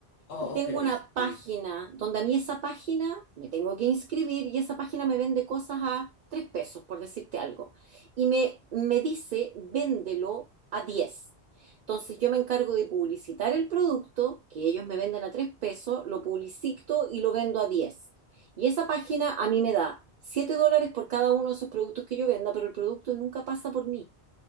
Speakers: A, on the left; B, on the right.
A: Oh,
B: y tengo
A: ok.
B: una página
A: Sí,
B: donde a mí esa página me tengo que inscribir y esa página me vende cosas a tres pesos, por decirte algo. Y me, me dice, véndelo a diez Entonces yo me encargo de publicitar el producto, que ellos me venden a tres pesos, lo publicito y lo vendo a diez Y esa página a mí me da 7 dólares por cada uno de esos productos que yo venda, pero el producto nunca pasa por mí.